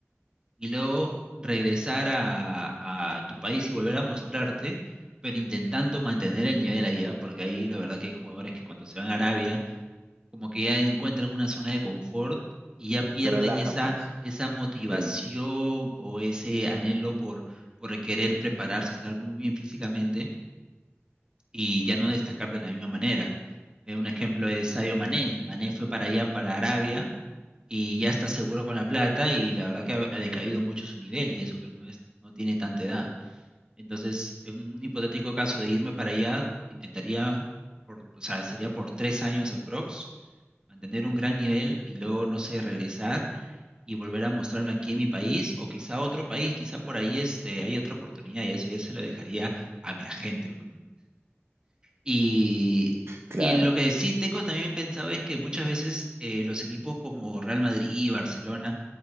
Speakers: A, on the right (about 20°); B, on the right (about 60°).
A: y luego regresar a, a tu país y volver a mostrarte, pero intentando mantener el nivel allá, porque ahí la verdad que hay jugadores que cuando se van a Arabia, como que ya encuentran una zona de confort y ya pierden
B: Se relajan,
A: esa,
B: pues.
A: esa motivación
B: Sí,
A: o ese anhelo por, por querer prepararse, estar muy bien físicamente y ya no destacar de la misma manera. Eh, un ejemplo es Sadio Mané. Mané fue para allá, para Arabia, y ya está seguro con la plata y la verdad que ha, ha decaído mucho su nivel y eso que no es, no tiene tanta edad. Entonces, en un hipotético caso de irme para allá, intentaría, por, o sea, sería por tres años aprox, mantener un gran nivel y luego, no sé, regresar y volver a mostrarme aquí en mi país o quizá otro país, quizá por ahí este, hay otra oportunidad y eso ya se lo dejaría a mi agente. pues, ¿no? Y,
B: claro,
A: y lo que sí tengo también pensado es que muchas veces eh, los equipos como Real Madrid y Barcelona,